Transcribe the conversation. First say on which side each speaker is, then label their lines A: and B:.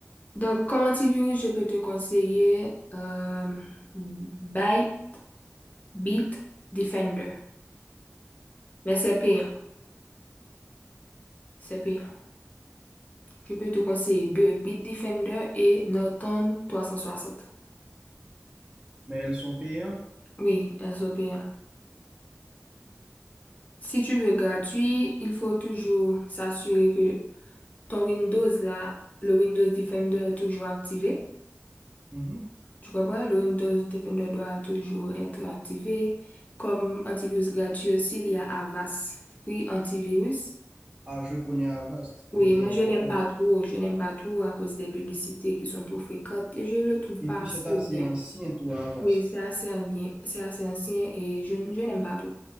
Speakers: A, on the left; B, on the right.
A: Donc, comme antivirus, je peux te conseiller euh, Byte Beat Defender. Mais c'est payant, C'est payant. Je peux te conseiller deux, Beat Defender et Norton trois cent soixante.
B: Mais elles sont payantes.
A: Oui, elles sont payantes. Si tu veux gratuit, il faut toujours s'assurer que ton Windows là, le Windows Defender est toujours activé.
B: Mhm.
A: Tu comprends? Le Windows Defender doit toujours être activé. Comme antivirus gratuit aussi, il y a Avast Free Antivirus.
B: Ah, je connais Avast.
A: Oui,
B: Je connais
A: mais je
B: Avast.
A: n'aime pas trop. Je n'aime pas trop à cause des publicités qui sont trop fréquentes et je le trouve
B: Et
A: pas
B: puis,
A: assez
B: c'est assez
A: bien.
B: ancien, tout Avast.
A: Oui, c'est assez un bien, c'est assez ancien et je, n- je n'aime pas trop.